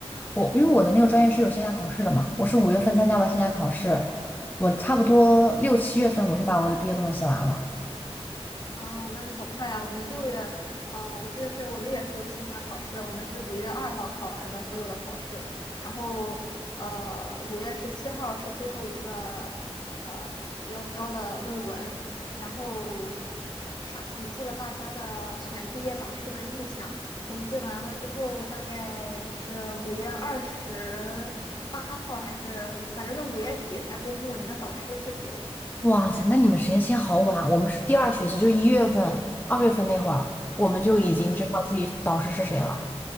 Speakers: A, on the left; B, on the left.
A: 我因为我的那个专业是有线下考试的嘛，我是五月份参加完线下考试，我差不多六七月份我就把我的毕业论文写完了。
B: 啊，那你好快啊！我们六月，啊，我记得是我们也是有线下考试，我们是五月二号考完的所有的考试，然后呃，五月十七号是最后一个呃要交的论文，然后是统计了大家的选毕业导师的意向，统计完了之后，大概是五月二十八号还是反正是五月底才公布你的导师是谁。
A: 哇塞，那你们时间线好晚啊，我们是第二学期，就一月份、二月份那会儿，我们就已经知道自己导师是谁了。
B: 嗯。